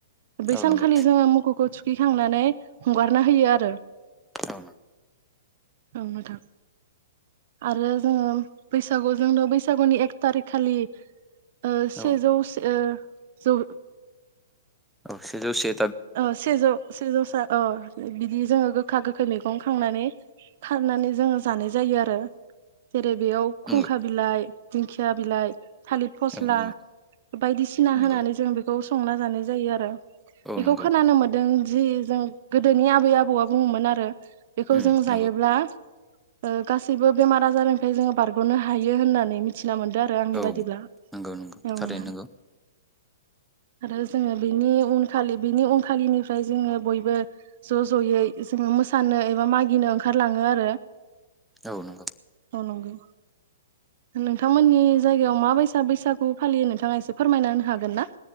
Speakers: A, on the right; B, in the centre.
A: बे
B: औ
A: सानखालि
B: नंगौ
A: जोङो मो सौखौ थुखैखांनानै हगारना होयो आरो।
B: औ
A: औ नोंथां। आरो जोङो बैसागुजोंनो बैसागुनि एक थारिक खालि ओ सेजौ
B: औ
A: ओ जौ
B: औ सेजौ से।
A: अ सेजौ सेजौस ओ बिदि जोङो गोखा गोखै मैगं खांनानै खारनानै जोङो जानाय जायो आरो जेरै बेयाव
B: नंगौ
A: खुंखा बिलाइ, दिंखिया बिलाइ, थालिर फस्ला
B: औ नंगौ
A: बायदिसिना
B: नंगौ
A: होनानै जों बेखौ संना जानाय जायो आरो।
B: औ
A: बेखौ
B: नंगौ
A: खोनानो मोन्दों जि जों गोदोनि आबै आबौआ बुङोमोन आरो बेखौ
B: उम
A: जों
B: नंगौ
A: जायोब्ला ओ गासैबो बेमार आजारनिफ्राय जोङो बारग'नो हायो होननानै मिथि ना मोनदों आरो आंनि
B: औ
A: बादिब्ला।
B: नंगौ नंगौ
A: औ नोंथां,
B: थारैनो नंगौ
A: आरो जोङो बेनि उन खालि बिनि उनखालिनिफ्राय जोङो बयबो ज' ज'यै जों मोसानो एबा मागिनो ओंखारलाङो आरो।
B: औ नंगौ।
A: औ नंगौ। नोंथांमोननि जायगायाव माबाइसा बैसागु फालियो नोंथाङा एसे फोरमायना होनो हागोन ना?